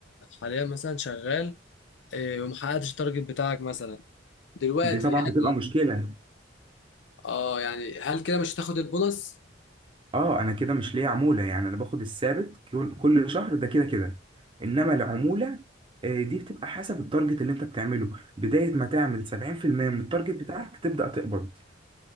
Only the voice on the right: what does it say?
دي طبعا
بتبقى مشكلة
اه انا كده مش ليا عمولة يعني انا باخد الثابت كل كل شهر ده كده كده انما العمولة آه، دي بتبقى حسب التارجت اللي انت بتعمله بداية ما تعمل 70% من التارجت بتاعك تبدأ تقبض